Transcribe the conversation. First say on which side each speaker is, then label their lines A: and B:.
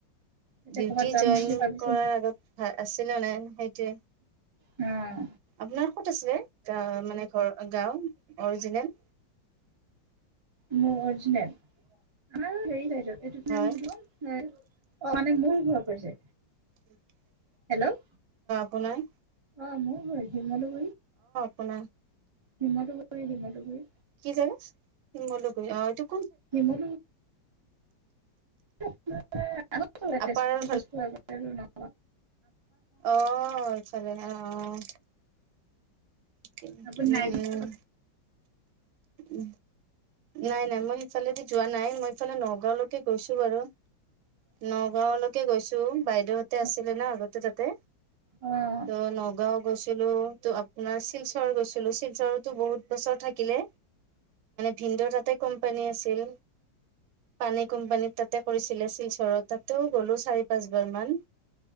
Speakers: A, on the right; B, on the right.
A: এতিয়া
B: ডিউটি
A: ক'ৰবাত যাম
B: জইন
A: বুলি ভাবিছো
B: কৰাৰ আগত ভাল আছিল নে নাই সেইটোৱে।
A: উম
B: আপোনাৰ ক'ত আছিলে গ মানে ঘৰ গাও অৰিজিনেল
A: মজ না ৰ গাইছ এইটোত
B: হয়
A: বলো অ মানে মোৰ ঘ কছে
B: উ <unintelligible>
A: হেল্ল'
B: আ নাই
A: অ ম ভ হি মালো গ
B: পোন
A: হিমতুগুৰি হিমতুগুৰি।
B: কি জাগালক অটো
A: নিমি তেজপুৰ
B: আপাৰৰ
A: তেজপুৰ আগ ন
B: আঁহ চাল আঁহ আহঁ উম
A: আপুনি নাই
B: উম
A: যোৱা
B: উ নাই নাই মই সিফালেদি যোৱা নাই মই ইফালে নগাঁওলৈকে গৈছো বাৰু নগাঁওলৈকে গৈছো বাইদেউ হতে আছিলে
A: অ
B: না আগতে তাতে
A: অ অ
B: ত নগাঁও গৈছ ো ত আপোনাৰ শিলচৰ গৈছিলো শিলচৰতৰতো বহুত বছৰ থাকিলে ভিন্দ তাতে কোম্পানী আছিল পানী কোম্পানীত তাতে কৰিছিলে শিলচৰৰত তাতেও গ'লো চাৰি পাঁচবাৰ মান।